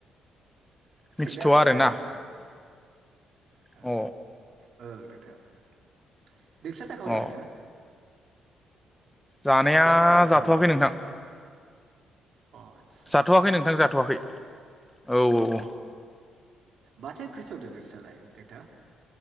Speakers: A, on the right; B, in the centre.
A: <unintelligible>
B: मिथिथ'वा आरो ना अ
A: औओ नोंथां
B: अ
A: <unintelligible>
B: जानाया
A: जाखांबाय नामा नोंथां
B: जाथ'वाखै
A: नोंहालाय
B: नोंथां
A: अ आदसा
B: जाथ'वाखै नोंथां जाथ'वाखै औ औ
A: अ माथो ओंख्रि संदों नोसालाय नोंथां?